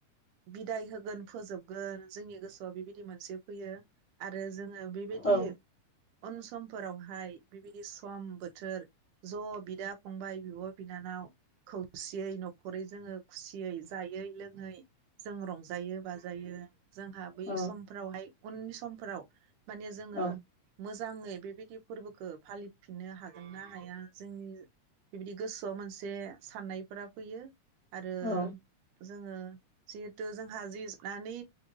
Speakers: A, on the right; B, on the left.
A: बिदाय होगोन फोजोबगोन जोंनि गोसोआव बेबायदि मोनसे फैयो आरो जोङो बेबायदि
B: औ
A: उन समफोरावहाय बिबायदि सम बोथोर ज' बिदा फंबाय बिब' बिनानाव खौसेयै न'खरै जोङो खुसि यै जायै लोङै जों रंजायो बाजायो। जोंहा बै
B: औ
A: समफोरावहाय उननि समफोराव माने जोङो
B: औ
A: मोजाङै बेबायदि फोरबो खो फालिफिननो हागोन ना हाया जोंनि बिबायदि गोसोआव मोनसे साननायफोरा फैयो आरो
B: औ
A: जोङो जिहेथु जोंहा <unintelligible> नानि